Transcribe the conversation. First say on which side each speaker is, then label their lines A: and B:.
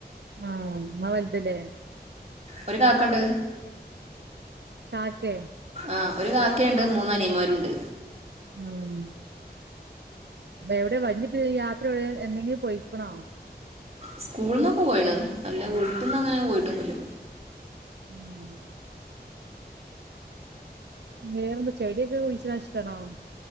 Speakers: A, on the right; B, on the right.
A: ആഹ് ഉമ്മ വലുതല്ലേ
B: ഒരു കാക്കണ്ട്
A: താത്തേ
B: അഹ് ഒരു കാക്കയുണ്ട് മൂന്നനിയന്മാരുമുണ്ട്
A: ആഹ് പ്പോ വിടെയാ വലിയത്തിൽ യാത്ര എന്തെങ്കിലും പോയിക്കണോ?
B: സ്കൂളിന് പോയണ് അല്ല വീട്ടിന്ന് അങ്ങനെ പോയിട്ടൊന്നുമില്ല
A: <inaudible> വേറെന്ത ചെടിയൊക്കെ കുയിച്ചിടാൻ ഇഷ്ടാണോ?